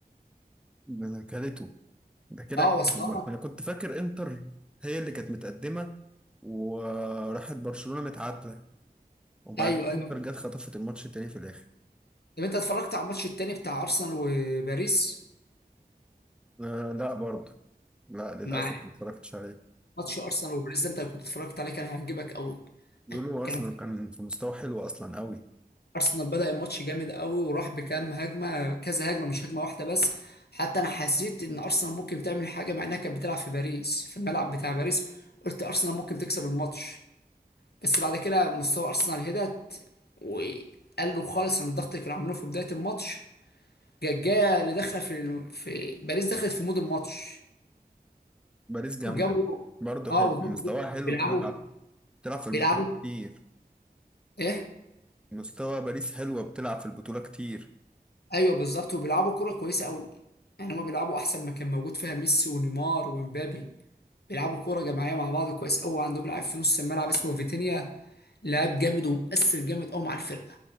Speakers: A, in the centre; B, on the left.
A: ده أنا كلته ده كده
B: اه
A: كان-
B: وصلت
A: أنا كنت فاكر إنتر هي اللي كانت متقدمة وراحت برشلونة متعادلة وبعدين
B: ايوه ايوه
A: إنتر جت خطفت الماتش التاني في الآخر
B: طب انت اتفرجت على الماتش التاني بتاع ارسنال وباريس
A: آه لا برضه لا للأسف
B: مع
A: ما اتفرجتش عليه
B: ماتش ارسنال وباريس ده انت كنت اتفرجت عليه كان هيعجبك قوي
A: بيقولوا أرسنال
B: كان
A: كان في مستوى حلو أصلا قوي
B: ارسنال بدأ الماتش جامد قوي وراح بكام هجمه كذا هجمه مش هجمه واحده بس حتى انا حسيت ان ارسنال ممكن تعمل حاجه مع انها كانت بتلعب في باريس في الملعب بتاع باريس قلت ارسنال ممكن تكسب الماتش بس بعد كده مستوى ارسنال هدت وقالوا خالص عن الضغط اللي كانوا عاملينه في بدايه الماتش جايه اللي داخله في الم- في باريس دخلت في مود الماتش
A: باريس جامدة
B: وجابوا
A: برضه
B: اه
A: حلو
B: وجابوا
A: مستواها حلو
B: بيلعبوا
A: بتلعب بتلعب في البطولة
B: بيلعبوا
A: كتير
B: ايه
A: مستوى باريس حلوة بتلعب في البطولة كتير
B: ايوه بالظبط وبيلعبوا كوره كويسه قوي يعني هما بيلعبوا احسن ما كان موجود فيها ميسي ونيمار ومبابي بيلعبوا كوره جماعيه مع بعض كويس قوي عندهم لاعب في نص الملعب اسمه فيتينيا لاعب جامد ومؤثر جامد قوي مع الفرقه